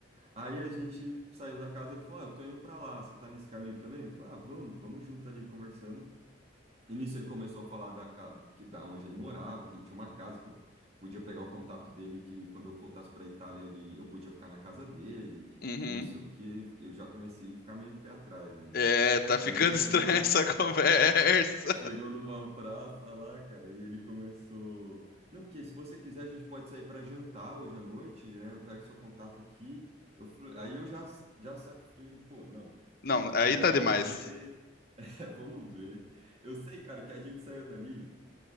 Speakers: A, on the right (about 30°); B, on the left (about 50°).
A: Aí a gente saiu da casa, ele falou, ah, eu tô indo pra lá, você tá nesse caminho também? Eu falei, ah, vamos, vamos junto ali, conversando. E nisso ele começou a falar da, ca- que- da onde ele morava, que ele tinha uma casa, que eu podia pegar o contato dele, que quando eu voltasse para a Itália ele, eu podia ficar na casa dele,
B: Uhum.
A: e não sei o quê. Fiquei- Eu já comecei a ficar meio pé atrás aí,
B: É,
A: né?
B: tá ficando
A: Aí a gente chegou
B: estranha
A: numa,
B: essa <laughs> conversa.
A: <laughs> chegou numa praça lá, cara, e ele começou. Não, porque se você quiser a gente pode sair para jantar hoje à noite, né? Eu pego seu contato aqui. Eu, falei- aí eu já, já sa- fiquei, pô, não,
B: Não,
A: né? Eu
B: aí
A: falei,
B: tá
A: não,
B: demais.
A: vamos ver, <laughs> vamos ver. Eu sei, cara, que a gente saiu dali.